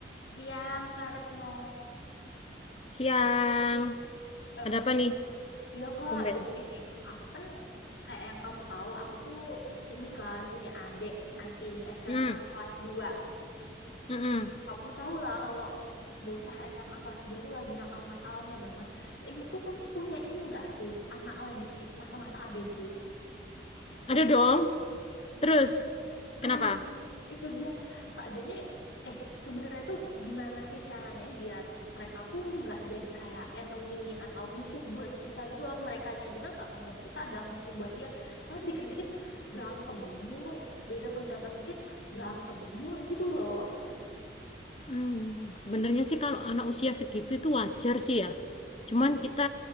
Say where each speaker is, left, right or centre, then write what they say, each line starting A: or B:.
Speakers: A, on the left (about 80°); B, on the left (about 35°).
A: Siang, Kak Retno.
B: Siang.
A: Eh,
B: Ada apa nih?
A: iya Kak,
B: Tumben.
A: jadi gini, aku kan kayak yang kamu tahu, aku tuh ini kan punya adik masih SMA
B: Hmm.
A: kelas 2.
B: Mm-mm.
A: Kamu tahu lah kalau bocah SMA kelas 2 tuh lagi nakal-nakalnya banget. Seingatku kamu punya ini nggak sih, anak lagi masa-masa ABG?
B: Ada dong. Terus,
A: Nah,
B: kenapa?
A: itu dia sakjane eh sebenarnya tuh gimana sih caranya biar mereka tuh nggak jadi kayak enemy atau musuh buat kita gitu loh. Merekanya juga nggak nganggap kita adalah musuh buat dia karena dikit-dikit berantem mulu beda pendapat dikit berantem mulu gitu loh
B: Hmm. Sebenarnya sih kalau anak usia segitu itu wajar sih ya.
A: Mm.
B: Cuman kita